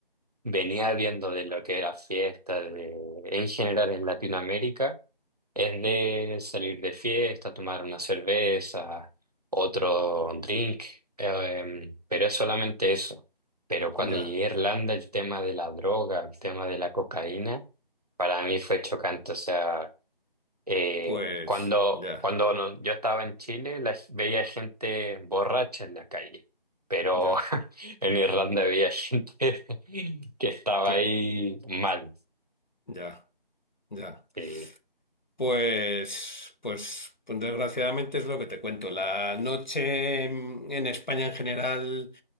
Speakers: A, on the right (about 45°); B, on the left (about 50°).
A: venía viendo de lo que era fiesta de, en general en Latinoamérica es de salir de fiesta, tomar una cerveza, otro drink, em, pero es solamente eso. Pero cuando
B: Ya,
A: llegué a Irlanda, el tema de la droga, el tema de la cocaína. Para mí fue chocante, o sea, eh,
B: pues,
A: cuando,
B: ya,
A: cuando no- yo estaba en Chile la- veía gente borracha en la calle, pero
B: ya,
A: <laughs> en Irlanda veía gente <laughs> que estaba
B: cla-
A: ahí mal.
B: ya, ya.
A: Sí,
B: Pues, pues, pues desgraciadamente es lo que te cuento. La noche en en España en general...